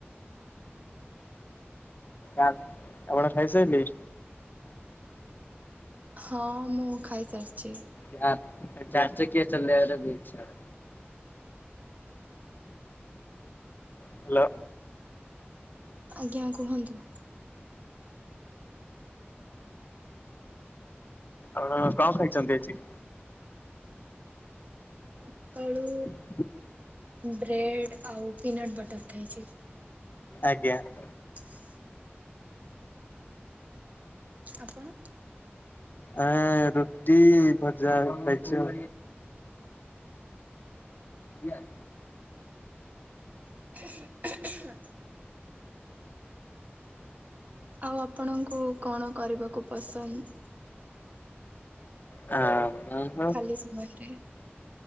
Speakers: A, on the left; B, on the right.
A: ଆପଣ ଖାଇସାରିଲେଣି?
B: ହଁ ମୁଁ ଖାଇସାରିଚି।
A: ଚାରି ଚକିଆ ଚଲେଇବାକୁ ଇଚ୍ଛା। ହ୍ୟାଲୋ
B: ଆଜ୍ଞା କୁହନ୍ତୁ।
A: ଆଣ କଣ ଖାଇଛନ୍ତି ଆଜି?
B: ସକାଳୁ
A: ହ <inaudible>
B: ବ୍ରେଡ ଆଉ ପିନଟ୍ ବଟର ଖାଇଛି।
A: ଆଜ୍ଞା <inaudible>
B: ହୁଁ ଆପଣ
A: ଆ ରୁଟି ଭଜା ଖାଇଛ ୟା
B: <inaudible> ଆଉ ଆପଣଙ୍କୁ କଣ କରିବାକୁ ପସନ୍ଦ?
A: ହଁ <inaudible>
B: ଖାଲି ସମୟରେ <inaudible>